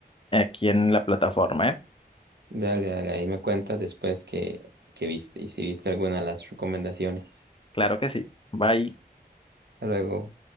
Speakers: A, on the left; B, on the right.
A: aquí en la plataforma, ¿eh?
B: Dale, dale, ahí me cuentas después que, que viste y si viste alguna de las recomendaciones.
A: Claro que sí. Bye.
B: Hasta luego.